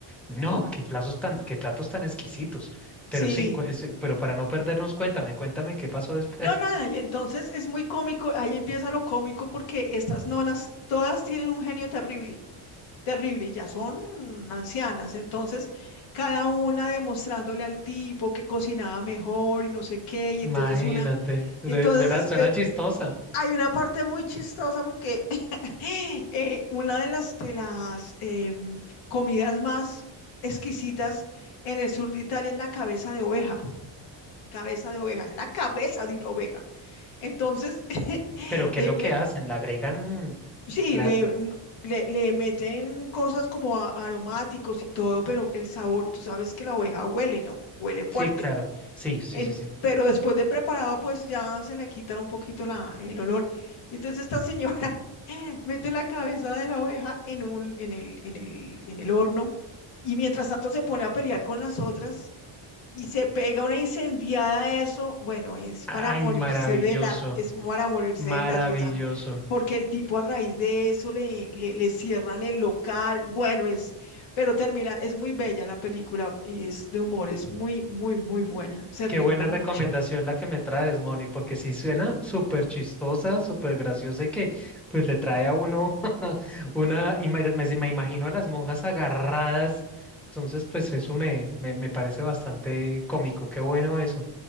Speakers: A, in the centre; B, on the left (about 85°).
A: No, qué platos tan, qué platos tan exquisitos. Pero
B: Sí,
A: sí, cu- es- pero para no perdernos, cuéntame, cuéntame qué pasó después.
B: no, nada,
A: <laughs>
B: y entonces es muy cómico, ahí empieza lo cómico porque estas nonas todas tienen un genio terrible, terrible, y ya son ancianas, entonces cada una demostrándole al tipo que cocinaba mejor y no sé qué, y
A: Imagínate,
B: entonces una,
A: de-
B: y entonces
A: suena, suena
B: es, eh,
A: chistosa.
B: hay una parte muy chistosa porque Eh, una de las, de las em, comidas más exquisitas en el sur de Italia es la cabeza de oveja. Cabeza de oveja, es la cabeza de una oveja. Entonces, <laughs>
A: Pero ¿qué
B: eh,
A: es lo que
B: le-
A: hacen? ¿La agregan?
B: sí,
A: La...
B: le, n- le, le meten cosas como a- aromáticos y todo, pero el sabor, tú sabes que la oveja huele, ¿no? Huele fuerte.
A: Sí, claro. Sí, sí,
B: En-
A: sí, sí.
B: pero después de preparado, pues ya se le quita un poquito la, el olor. Y entonces esta señora <laughs> mete la cabeza de la oveja en un, en el, en el, en el horno y mientras tanto se pone a pelear con las otras y se pega una incendiada a eso. Bueno, es
A: Ay,
B: para morirse
A: maravilloso.
B: de la, es para morirse
A: Maravilloso.
B: de la risa porque el tipo a raíz de eso le, le, le cierran el local. Bueno, es, pero termina, es muy bella la película y es de humor, es muy, muy, muy buena. Se
A: Qué
B: ríe
A: buena
B: uno mucho.
A: recomendación la que me traes, Moni, porque sí suena súper chistosa, súper graciosa y que pues le trae a uno <laughs> una, y me, me- me
B: Mm.
A: imagino a las monjas agarradas. Entonces, pues eso me, me, me parece bastante cómico. Qué bueno eso.